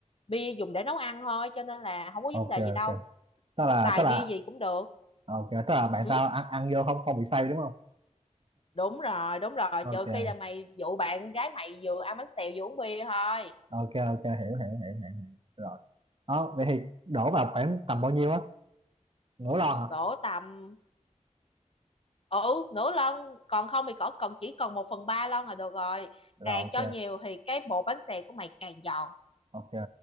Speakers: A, on the left; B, on the right.
A: bia dùng để nấu ăn thôi cho nên là không có
B: ok
A: vấn đề gì đâu
B: ok tức là
A: xài
B: tức là
A: bia gì cũng được
B: ok tức là bạn
A: ừ,
B: tao ăn ăn vô không không bị say đúng không
A: đúng rồi đúng rồi
B: ok
A: trừ khi là mày dụ bạn gái mày vừa ăn bánh xèo vừa uống bia thôi
B: ok ok hiểu hiểu hiểu hiểu, hiểu. rồi đó vậy thì đổ vào khoảng tầm bao nhiêu á nửa lon
A: đổ
B: hả
A: tầm ừ nửa lon còn không thì cỡ còn chỉ còn một phần ba lon là được rồi
B: rồi
A: càng
B: ok
A: cho nhiều thì cái bột bánh xèo của mày càng giòn
B: ok